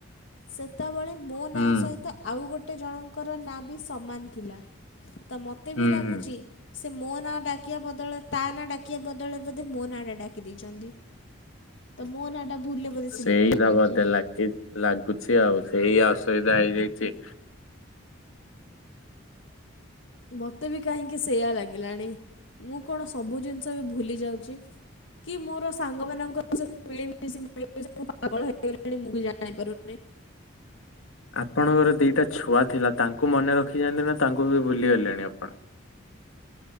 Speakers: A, on the left; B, on the left.
A: ସେ ତବେଳେ ମୋ
B: ହୁଁ
A: ନାଁ ସହିତ ଆଉ ଗୋଟେ ଜଣଙ୍କର ନାଁ ବି ସମାନ ଥିଲା। ତ ମୋତେ
B: ହୁଁ
A: ବି ଲାଗୁଛି
B: ହୁଁ।
A: ସେ ମୋ ନାଁ ଡା କିବା ବଦଳରେ ତା ନାଁ ଡାକିବା ବଦଳରେ ବୋଧେ ମୋ ନାଁଟା ଡାକି ଦେଇଚନ୍ତି। ତ ମୋ ନାଁଟା ସିଲେକ୍ଟ
B: ସେଇ
A: ହେଇଯାଇଛି।
B: ତ ବଧେ ଲାଗି ଲାଗୁଛି ଆଉ ସେଇ ଅସୁବିଧା ହେଇଯାଇଚି।
A: ମତେ ବି କାହିଁକି ସେଇୟା ଲାଗିଲାଣି। ମୁଁ କଣ ସବୁ ଜିନିଷ ବି ଭୁଲି ଯାଉଚି କି ମୋର ସାଙ୍ଗ ମାନଙ୍କ ସ ମିଳିମିଶି <unintelligible> ପାଗଳ ହେଇଗଲିଣି ମୁଁ ବି ଜାଣି ପାରୁନି।
B: ଆପଣଙ୍କର ଦିଟା ଛୁଆ ଥିଲା ତାଙ୍କୁ ମନେ ରଖିଚନ୍ତି ନା ତାଙ୍କୁ ବି ଭୁଲିଗଲେଣି ଆପଣ?